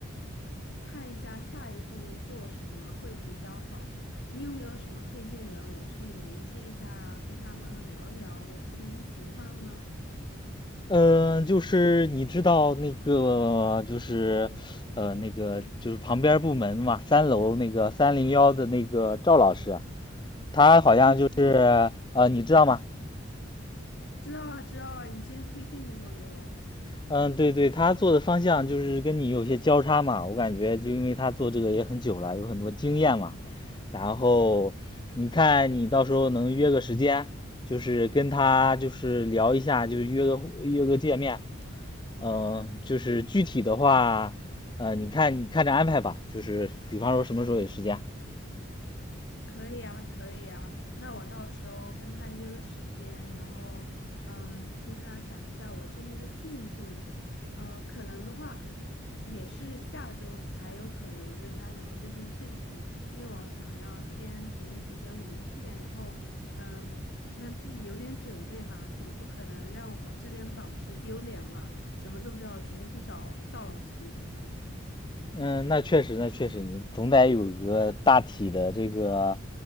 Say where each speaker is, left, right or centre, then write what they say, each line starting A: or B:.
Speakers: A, on the left; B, on the left.
A: 看一下下一步做什么会比较好。你有没有什么推荐人，我去联系一下，跟他们聊一聊我这边情况呢？
B: 嗯，就是你知道那个就是呃那个就是旁边部门嘛，三楼那个三零幺的那个赵老师。他好像就是呃，
A: 嗯，
B: 你知道吗？
A: 知道啊，知道啊，你之前推荐给我给我。
B: 嗯，对对，他做的方向就是跟你有些交叉嘛，我感觉就因为他做这个也很久了，有很多经验嘛。然后你看你到时候能约个时间，就是跟他就是聊一下，就是约个约个见面。嗯，就是具体的话，呃，你看你看着安排吧，就是比方说什么时候有时间。
A: 可以啊，可以啊。那我到时候跟他约个时间，然后嗯、跟他讲一下我这边的进度。呃，可能的话也是下周才有可能跟他聊这件事情了，因为我想要先读几篇文献，然后嗯、让自己有点准备吧，总不可能让我这边导师丢脸吧，什么都不知道直接去找赵老师。
B: 嗯，那确实，那确实，你总得有一个大体的这个